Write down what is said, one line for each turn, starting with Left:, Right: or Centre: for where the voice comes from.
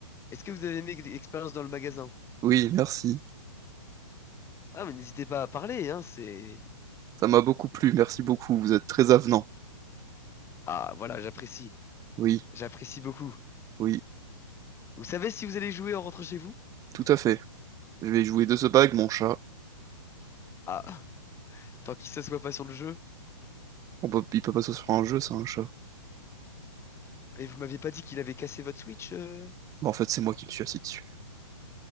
Left: Est-ce que vous avez aimé l'expérience dans le magasin?
Right: oui, merci.
Left: Ah, mais n'hésitez pas à parler, hein, c'est.
Right: Ça m'a beaucoup plu, merci beaucoup, vous êtes très avenant.
Left: Ah, voilà, j'apprécie.
Right: Oui,
Left: J'apprécie beaucoup.
Right: oui,
Left: Vous savez si vous allez jouer en rentrant chez vous?
Right: tout à fait. Je vais jouer de ce bague, mon chat.
Left: Ah, tant qu'il s'assoit pas sur le jeu.
Right: On peut, il peut pas sur un jeu, c'est un chat.
Left: Et vous m'aviez pas dit qu'il avait cassé votre Switch, euh
Right: Bah, en fait, c'est moi qui me suis assis dessus.